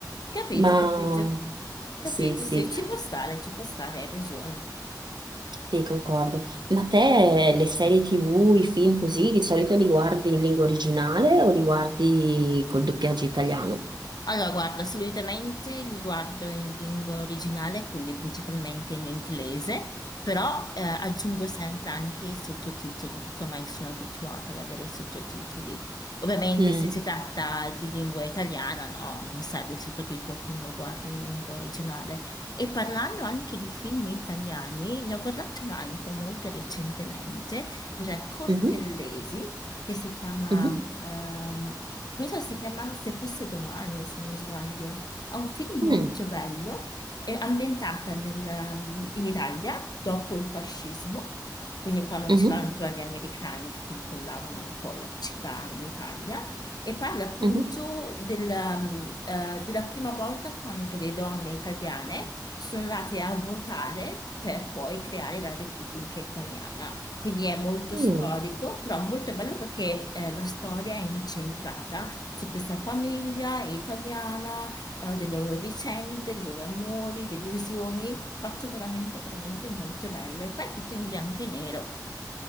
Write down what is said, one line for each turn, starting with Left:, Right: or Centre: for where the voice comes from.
Left: Capito,
Right: Ma
Left: capito. Capito,
Right: sì, sì.
Left: sì, ci può stare, ci può stare, hai ragione.
Right: Sì, concordo. Ma te le serie TV, i film così, di solito li guardi in lingua originale o li guardi col doppiaggio italiano?
Left: Allora, guarda, solitamente li guardo in lingua originale, quindi principalmente in inglese, però eh, aggiungo sempre anche i sottotitoli, perché ormai sono abituata ad avere i sottotitoli. Ovviamente
Right: Mm,
Left: se si tratta di lingua italiana, no, non serve il sottotitolo, quindi lo guardo in lingua originale. E parlando anche di film italiani, ne ho guardato un altro molto recentemente, della Cortellesi
Right: mhm,
Left: che si chiama,
Right: mhm,
Left: ehm, mi sa si chiama Se fosse domani, se non sbaglio. È un film molto
Right: mm,
Left: bello, è ambientata nel, ehm, in Italia dopo il fascismo, quindi quando
Right: mhm,
Left: c'erano ancora gli americani che controllavano un po' la città in Italia. E parla appunto
Right: mhm,
Left: del, ehm, eh, della prima volta quando le donne italiane sono andate a votare per poi creare la Repubblica Italiana. Quindi è molto
Right: mm,
Left: storico, però molto bello perché eh, la storia è incentrata su questa famiglia italiana, eh, delle loro vicende, dei loro amori, delusioni, fatto veramente, veramente molto bello. E poi è tutto in bianco e nero.